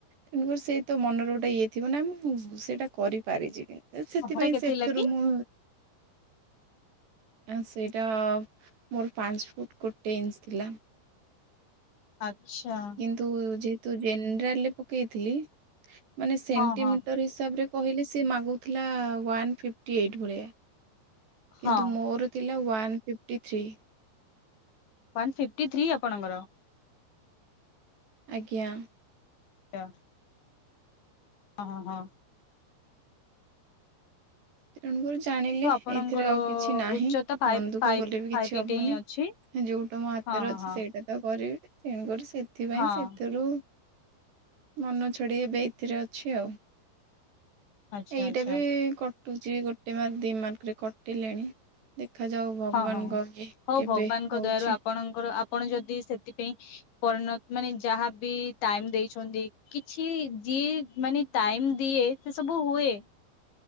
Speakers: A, on the right (about 65°); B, on the left (about 85°).
A: କିନ୍ତୁ ସେଇ ତ ମନରେ ଗୋଟେ ଇଏ ଥିବ ନା ମୁଁ ସେଇଟା କରିପାରିଛି ବି। ସେଥିପାଇଁ
B: ସେଟା କେତେ
A: ସେଥିରୁ
B: ଥିଲା କି
A: ମୁଁ ହଁ ସେଇଟା ଆ ମୋର ପାଞ୍ଚ ଫୁଟ୍ ଗୋଟେ ଇଞ୍ଚି ଥିଲା।
B: ଆଚ୍ଛା।
A: ତୁ ଯେହେତୁ ଜେନେରାଲ ପକେଇଥିଲି ମାନେ ସେଣ୍ଟିମିଟର
B: ହଁ ହଁ
A: ହିସାବ୍ରେ ମୁଁ କହିଁଲି ସେ ମାଗୁଥିଲା ୱାନ୍ ଫିଫ୍ଟି ଏଇଟ୍ ଭଳିଆ କିନ୍ତୁ
B: ହଁ
A: ମୋର ଥିଲା one fifty three.
B: One fifty three ଆପଣଙ୍କର?
A: ଆଜ୍ଞା।
B: ଡା ଓଁ ହଁ।
A: ତେଣୁକରି ଜାଣିଲି
B: ତ ଆପଣଙ୍କର
A: ଏଇଥିରେ ଆଉଁ କିଛି ନାହିଁ
B: ଉଚ୍ଚତା ଫାଇଭ୍
A: ମନ ଦୁଃଖ
B: ଫାଇଭ୍
A: କଲେ ବି କିଛି
B: ଫାଇଭ୍ ଏଇଟ୍
A: ହବନି।
B: ହିଁ ଅଛି
A: ଯୋଉଁଟା ମୋ ହାତରେ
B: ହଁ ହଁ
A: ଅଛି
B: ହଁ
A: ସେଇଟା ତ କରିବି ତେଣୁକରି ସେଥିପାଇଁ
B: ହଁ
A: ସେଥୁରୁ ମନ ଛଡେଇ ଏବେ ଏଥିରେ ଅଛି ଆଉ।
B: ଆଚ୍ଛା
A: ଏଇଟା
B: ଆଚ୍ଛା
A: ବି କଟୁଛି ଗୋଟେ ମାର୍କ ଦି ମାର୍କରେ କଟିଲେଣି ଦେଖାଯାଉ ଭଗବାନଙ୍କ
B: ହଁ ହଁ ହଁ।
A: ଏଁ
B: ହଉ
A: କେବେ
B: ଭଗବାନଙ୍କ
A: ହଉଛି।
B: ଦୟାରୁ ଆପଣଙ୍କର ଆପଣ ଯଦି ସେଥିପାଇଁ ପରିଣତ ମାନେ ଯାହାବି ଟାଇମ ଦେଇଛନ୍ତି କିଛି ଯିଏ ମାନେ ଟାଇମ୍ ଦିଏ ସେ ସବୁ ହୁଏ।